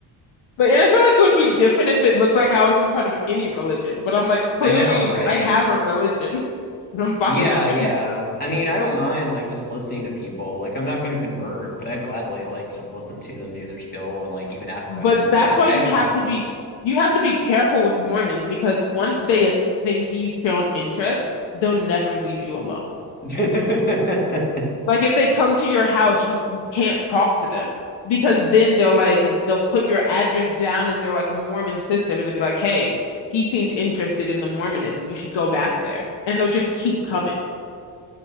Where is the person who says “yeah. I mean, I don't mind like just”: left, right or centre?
Left